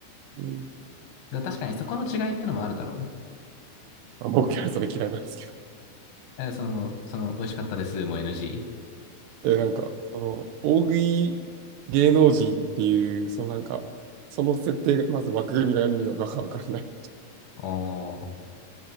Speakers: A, on the right; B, on the left.
A: うん
B: だから確かにそこの違いってのもあるだろうね。
A: あ僕はそれ嫌いなんですけ
B: えーその、その、美味しかったですも NG?
A: ど。え、なんか、その、大食い芸能人っていう、そのなんか、その設定が、まず枠組みが意味がわからない。
B: おー。